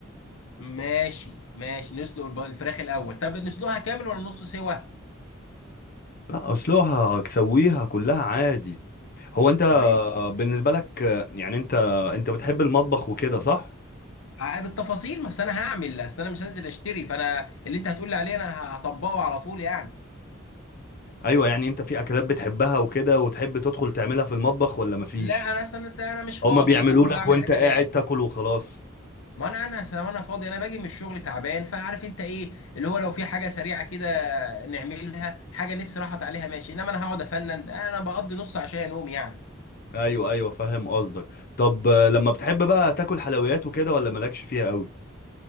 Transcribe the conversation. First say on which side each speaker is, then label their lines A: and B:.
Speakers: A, on the left; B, on the left.
A: ماشي ماشي نسلق الب- الفراخ الاول طب نسلقها كامل ولا نص سوا
B: لا اسلوها تسويها كلها عادي هو انت
A: طيب
B: بالنسبه لك يعني انت انت بتحب المطبخ وكده صح
A: آه، بالتفاصيل ما أصل انا هعمل اصل انا مش هنزل اشتري فانا اللي انت هتقول لي عليه انا هطبقه على طول يعني
B: ايوه يعني انت في اكلات بتحبها وكده وتحب تدخل تعملها في المطبخ ولا مفيش
A: لا انا اصلا انت انا مش فاضي
B: هما بيعملوا
A: ادخل
B: لك
A: اعمل
B: وانت
A: اكلات
B: قاعد تاكل وخلاص
A: ما انا انا أصل انا فاضي انا باجي من الشغل تعبان فعارف انت ايه اللي هو لو في حاجه سريعه كده نعملها حاجه نفسي راحت عليها ماشي انما انا هقعد افنن انا بقضي نص عشان انوم يعني
B: ايوه ايوه فاهم قصدك طب آه، لما بتحب بقى تاكل حلويات وكده ولا مالكش فيها قوي